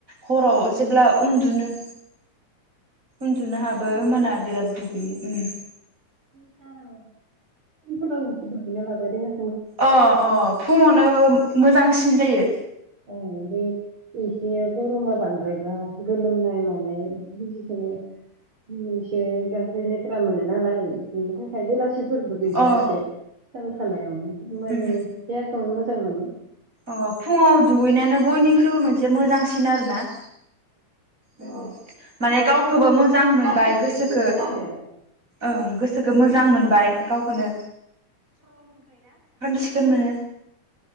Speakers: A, on the right; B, on the right.
A: हराव
B: फुंनि
A: जेब्ला
B: समावनो
A: उन्दुनो उन्दुनो हाबो
B: जेब्ला
A: होमबाना
B: दुगैनाया
A: बिराद दुगैयो उम
B: <unintelligible> लाबाय दङो
A: अ अ फुङावनो मोजांसिन जायो
B: ओमफ्राय एसे गरमा बांद्रायबा गोलोमनाय मानाय निजिखनो एसे गाज्रि लेथ्रा मोनो नालाय बिनि थाखाय बेलासिफोर दुगैबा
A: अ
B: एसे सान थानायावनो <unintelligible>
A: उम
B: देहाखौ मोज स्रां मोनो
A: अ फुङाव दुगैनायानो बयनिख्रुइबो मोनसे मोजांसिन आरो ना। उम
B: औ
A: माने गावखोबो मोजां मोनबाय
B: गासैबो
A: गोसोखो
B: दुगैनो नांगौ
A: ओं गोसोखो मोजां मोनबाय गावखोनो
B: <inaudible> <inaudible>
A: सिखोन मोनो